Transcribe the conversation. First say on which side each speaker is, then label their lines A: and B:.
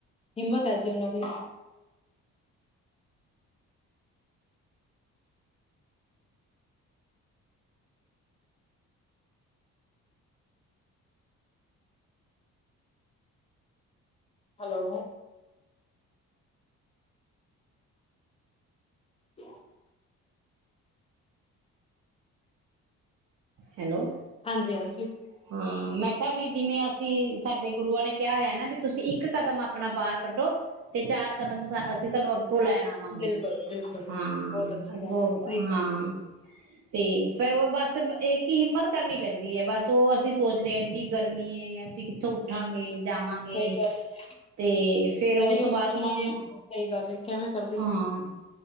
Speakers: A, on the left; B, on the right.
A: ਹਿੰਮਤ ਹੈ ਜੀ ਉਹਨਾਂ ਦੀ ਹੈਲੋ। <unintelligible>
B: ਹੈਲੋ
A: ਹਾਂਜੀ ਹਾਂਜੀ
B: ਹਾਂ ਮੈਂ ਵੀ ਜਿਵੇਂ ਅਸੀਂ ਸਾਡੇ ਗੁਰੂਆਂ ਨੇ ਕਿਹਾ ਹੋਇਆ ਨਾ ਵੀ ਤੁਸੀਂ ਇੱਕ ਕਦਮ ਆਪਣਾ ਬਾਹਰ ਕੱਢੋ ਤੇ ਚਾਰ ਕਦਮ ਅਸੀਂ <unintelligible> ਲੈਣ ਆਵਾਂਗੇ
A: ਬਿਲਕੁਲ-ਬਿਲਕੁਲ-ਬਿਲਕੁਲ
B: ਹਾਂ
A: ਬਹੁਤ ਅੱਛੀ
B: ਅੱਗੋਂ
A: ਗੱਲ ਐ, ਸਹੀ ਗੱਲ
B: ਹਾਂ
A: ਐ।
B: ਤੇ ਫੇਰ ਉਹ ਬਸ ਸਿਰਫ ਇੱਕ ਕੀ ਹਿੰਮਤ ਕਰਨੀ ਪੈਂਦੀ ਹੈ ਬਸ ਉਹ ਅਸੀਂ ਸੋਚਦੇ ਹਾਂ ਇੰਨੀ ਗਰਮੀ ਅਸੀਂ ਕਿੱਥੋਂ ਉੱਠਾਂਗੇ ਜਾਵਾਂਗੇ
A: ਸਹੀ ਗੱਲ ਐ,
B: ਤੇ ਫੇਰ
A: ਚਲੀਓ
B: ਉਸ ਤੋਂ ਬਾਅਦ
A: ਸੁਣਾਈਆਂ
B: ਹੁਣ
A: ਸਹੀ ਗੱਲ ਐ, ਕਿਵੇਂ ਕਰਦੀਆਂ
B: ਹਾਂ